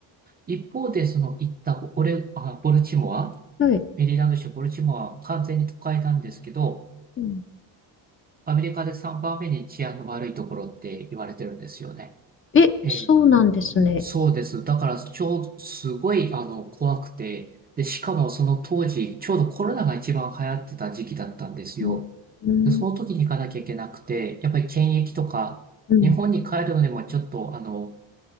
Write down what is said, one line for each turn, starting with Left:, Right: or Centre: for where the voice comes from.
Right: 一方で、その行ったオレ、あ、ボルチモア、
Left: はい。
Right: メリーランド州ボルチモアは完全に都会なんですけど、
Left: うん、
Right: アメリカで3番目に治安の悪いところって言われてるんですよね。
Left: え、
Right: ええ
Left: そうなんですね。
Right: そうです。だから、超、すごい、あの、怖くて、で、しかもその当時、ちょうどコロナが一番流行ってた時期だったんですよ。
Left: うん、うん、
Right: で、その時に行かなきゃいけなくて、やっぱり検疫とか、
Left: うん、
Right: 日本に帰るのにもちょっと、あの、